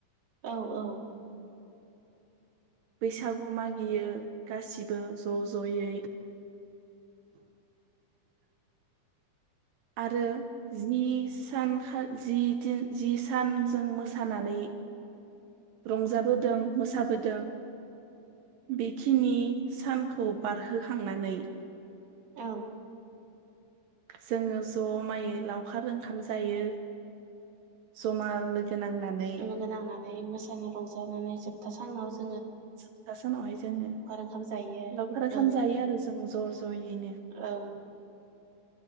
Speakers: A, on the right; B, on the right.
A: औ औ
B: बैसागु मागियो गासिबो ज जयै आरो जि सानखा जिन जि सान जों मोसानानै रंजाबोदों मोसाबोदों बेखिनि सानखौ बारहोखांनानै
A: औ
B: जोङो जमायै लावखार ओंखाम जायो जमा लोगो गोनांनानै
A: लोगो नांनानै मोसानो रंजानानै जोबथा सानाव जों
B: जोबथा सानावहाय जोङो
A: ओंखाम जायो
B: लावखार सान
A: ओं
B: जायो आरो जों ज जयैनो।
A: ओं